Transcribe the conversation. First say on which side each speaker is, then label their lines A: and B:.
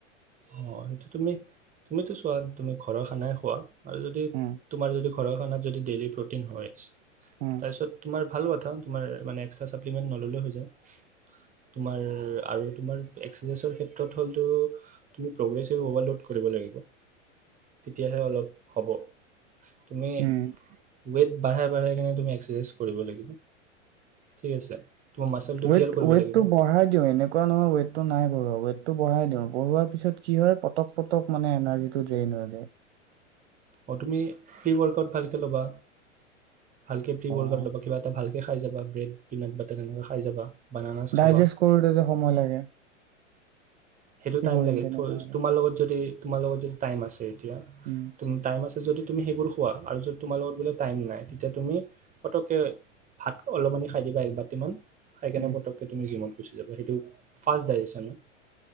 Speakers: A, on the right; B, on the right.
A: অ সেইটো তুমি তুমিতো চোৱা, তুমি ঘৰৰ খানাই খোৱা? আৰু যদি,
B: উম
A: তোমাৰ যদি ঘৰৰ কাৰণে যদি, ডেইলি প্ৰটিন হৈয আছে
B: উম
A: তাৰপিছত তোমাৰ ভাল কথা, তোমাৰ মানে এক্সত্ৰা স্বাৰ্থিবিকেট নল'লেও হৈ যায়। তোমাৰ। আৰু তোমাৰ এক্সাৰচাইজৰ ক্ষেত্ৰত হ'লতো তুমি প্ৰগ্ৰেছেভ অভাৰলোড কৰিব লাগিব তেতিয়াহে অলপ হ'ব তুমি
B: উম
A: উদ বাঢ়াই বাঢ়াই কেনে তুমি এক্সেচাইজ কৰিব লাগিব ঠিক আছে। তোমাৰ মাচলটো
B: ওৱেট
A: ক্লিয়াৰ কৰিব
B: ওৱেট
A: লাগিব
B: টো বঢ়াই দিও এনেকুৱা নহয় ওৱেট। নাই় ৱেটটো বঢ়াই দিওঁ বঢ়োৱাৰ পিছত কি হয় পতক পটক মানে এনাৰ্জিটো ড্ৰেইন হৈ যায়।
A: অ তুমি প্ৰি-ৱৰ্কআউট ভালকে ল'বা ভালকে প্ৰি-ৱৰ্কআউট
B: অ',
A: ল'বা কিবা এটা ভালকে খাই যাবা ব্ৰেড পিট বাটাৰ হেনেকে খাই যাবা। বানানাছ
B: ডাইজেষ্ট
A: খাবা
B: কৰোতেতে সময় লাগে।
A: সেইটো
B: কি
A: টাইম
B: কৰিম
A: লে
B: তেনেকুৱা হলে
A: তোমাৰ লগত যদি তোমাৰ লগত যদি টাইম আছে এতিয়া
B: উম
A: টাইম আছে যদি তুমি সেইবোৰ খোৱা আৰু যত তোমাৰ লগত বোলে টাইম নাই। তেতিয়া তুমি পটককৈ ভাত অলপমানি খাই দিবা একবাতিমান। সেইকাৰণে
B: উম
A: পটকে তুমি যিমত। গুচি যাব সেইটো ফাৰ্ষ্ট ডাইৰেচন।